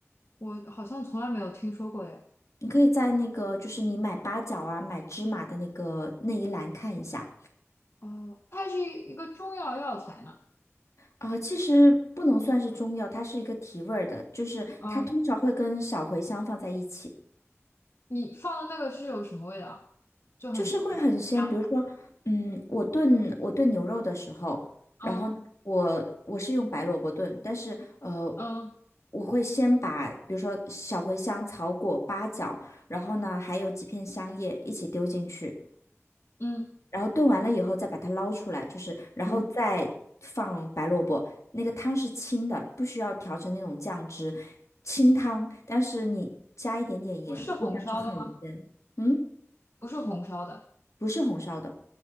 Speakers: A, on the left; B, on the left.
A: 我好像从来没有听说过耶。
B: 你可以在那个就是你买八角啊、买芝麻的那个那一栏看一下。
A: 哦，它是一个中药药材呢。
B: 啊、其实不能算是中药，它是一个提味儿的，就是它通常会跟小茴香放在一起。
A: 啊，你放的那个是有什么味道啊？就很香。
B: 就是会很鲜。比如说，嗯，我炖我炖牛肉的时候，
A: 嗯
B: 然后我我是用白萝卜炖，但是呃，
A: 嗯
B: 我会先把比如说小茴香、草果、八角，然后呢还有几片香叶一起丢进去，
A: 嗯
B: 然后炖完了以后再把它捞出来，就是然后再放白萝卜。
A: 嗯，
B: 那个汤是清的，不需要调成那种酱汁，清汤，但是你加一点点盐，
A: 不是红烧的吗？
B: 味道就很鲜。嗯，
A: 不是红烧的。
B: 不是红烧的。